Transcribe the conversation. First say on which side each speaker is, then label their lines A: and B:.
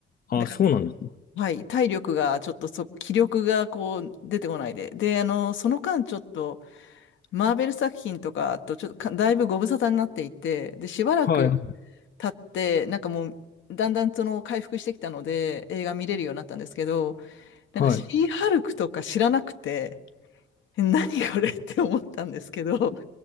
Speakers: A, on the left; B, on the left.
A: あ、
B: だか
A: そうなんですね。
B: ら、はい、体力がちょっとそ、気力がこう出てこないで。で、あの、その間ちょっと、マーベル作品とかとちょっとかだいぶご無沙汰になっていて、で、しばらく
A: はい。
B: 経って、なんかもう、だんだんその回復してきたので映画見れるようになったんですけど、なんかシーハルクとか知らなくて、
A: はい。
B: え何これって思ったんですけど、